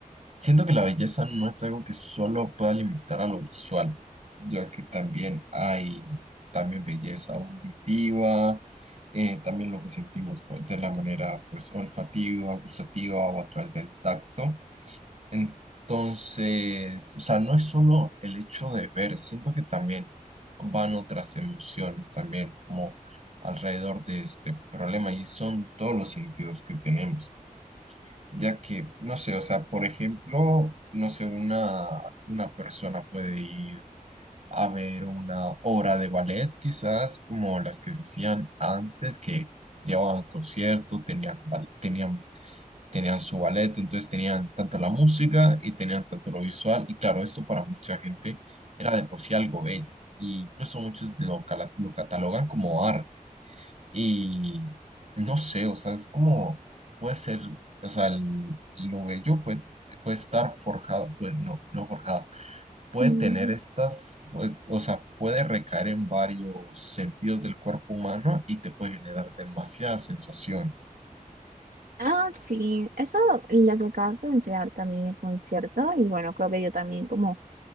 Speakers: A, on the right (about 50°); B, on the right (about 85°).
A: Siento que la belleza no es algo que solo pueda limitar a lo visual, ya que también hay también belleza auditiva, eh, también lo que sentimos pues, de la manera pues olfativa, gustativa o a través del tacto. Entonces, o sea, no es solo el hecho de ver, siento que también van otras emociones también como alrededor de este problema y son todos los sentidos que tenemos ya que, no sé, o sea, por ejemplo, no sé, una, una persona puede ir a ver una obra de ballet, quizás como las que se hacían antes, que llevaban concierto, tenían, bal- tenían, tenían su ballet, entonces tenían tanto la música y tenían tanto lo visual, y claro, esto para mucha gente era de por sí algo bello, y incluso muchos lo, cala- lo catalogan como arte. Y no sé, o sea, es como puede ser, o sea, el- lo bello puede, puede estar forjado, pues no, no forjado, puede
B: Mm,
A: tener estas, pues, o sea, puede recaer en varios sentidos del cuerpo humano y te puede generar demasiadas sensaciones.
B: Ah, sí, eso lo que acabas de mencionar también es muy cierto y bueno, creo que yo también como